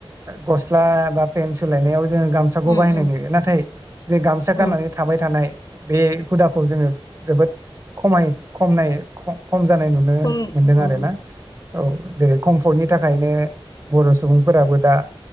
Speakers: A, on the right; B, on the left.
A: गस्ला बा पेेन सोलायनायाव जोङो गामसाखौ
B: उम
A: बाहायनाय
B: उम
A: नुयो नाथाय जे गामसा गाननानै
B: उम औ
A: थाबाय थानाय बे हुदाखौ जोङो जोबोद खमाय खमनाय ख-खम जानाय नुनो
B: उम
A: मोनदों
B: उम औ
A: आरो
B: उम
A: ना औ जेरै कम्फर्टनि
B: नंगौ
A: थाखायनो बर' सुबुंफोराबो दा